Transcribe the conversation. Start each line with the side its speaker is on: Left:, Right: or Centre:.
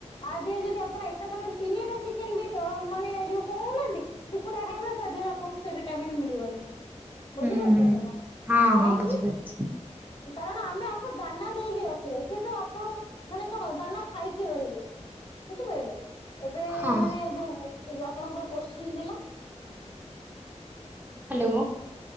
Left: ଆଉ ଦେହ ଯଦି ଆପଣ ଏକା ସାଙ୍ଗରେ ତିନିଟା ଚିକେନ ବି ମାନେ ଯୋଉ କହୁନାହାନ୍ତି କୁକୁଡ଼ା ଖାଇବା ତା ଦେହରେ ଆପଣଙ୍କୁ ସେ ଭିଟାମନ୍ ମିଳିବନି ବୁଝିପାରୁଛନ୍ତି
Right: ହୁଁ ହୁଁ।
Left: ନା।
Right: ହଁ
Left: କାହିଁକି?
Right: ହଁ ବୁଝିପାରୁଛି।
Left: କାରଣ ଆମେ ଆକୁ ଦାନା ଦେଇକି ରଖିଲେ ସେ ତ ଆପଣ ମାନେ କଣ ଦାନା ଖାଇକି ରହିଲେ। ବୁଝିପାରିଲେ ଏବେ
Right: ହଁ
Left: ମାନେ ଯୋଉ ଆପଣଙ୍କର କୋଶ୍ଚିନ୍ ଥିଲା।
Right: Hello